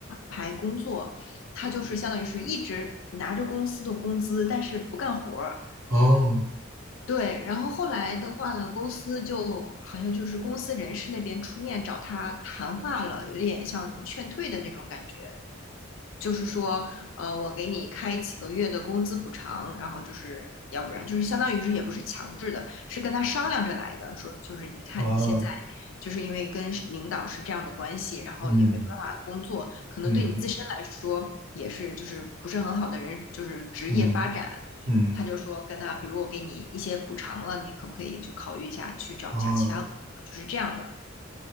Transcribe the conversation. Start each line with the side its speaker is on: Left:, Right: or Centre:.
Left: 排工作，他就是相当于是一直拿着公司的工资，但是不干活儿。
Right: 哦。
Left: 对，然后后来的话呢，公司就好像就是公司人事那边出面找他谈话了，有点像劝退的那种感觉。就是说，呃，我给你开几个月的工资补偿，然后就是要不然就是相当于是也不是强制的，是跟他商量着来的，说就是你看你现在
Right: 哦，
Left: 就是因为跟领导是这样的关系，然后也没办法工作，
Right: 嗯
Left: 可能对你自身来说也是就是不是很好的人，
Right: 嗯
Left: 就是职业发展。
Right: 嗯嗯
Left: 他就说跟他，比如我给你一些补偿了，你可不可以去考虑一下，去找一下其他工作，
Right: 啊，
Left: 就是这样的。